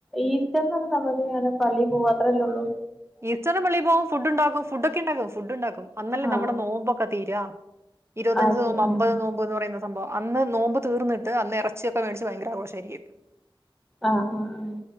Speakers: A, in the centre; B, on the right (about 30°).
A: ഈസ്റ്റർന് <unintelligible> പള്ളി പോക അത്രല്ലേള്ളൂ.
B: ഈസ്റ്റർന് പള്ളി പോവും ഫുഡ് ഇണ്ടാക്കും ഫുഡ് ക്കെ ഇണ്ടാക്കും ഫുഡ് ഇണ്ടാക്കും അന്നല്ലെ
A: ആഹ്
B: നമ്മുടെ നോമ്പൊക്കെ തീരാ ഇരുപത്തഞ്ച്
A: ആഹ് ശരി
B: നോമ്പ് അമ്പത്
A: ആഹ്
B: നോ മ്പ് പറയുന്ന സംഭം അന്ന് നോമ്പ് തീർന്ന്ട്ട് അന്ന് എറച്ചിയൊക്കെ മേടിച്ച് ഭയങ്കര ആഘോഷായിരിക്കും.
A: ആഹ് ആഹ് ആഹ്